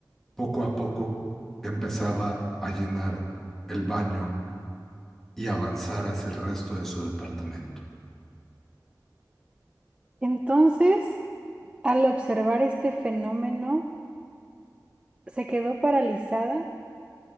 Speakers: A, in the centre; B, on the right.
A: poco a poco, empezaba a llenar el baño y avanzar hacia el resto de su departamento.
B: Entonces, al observar este fenómeno, se quedó paralizada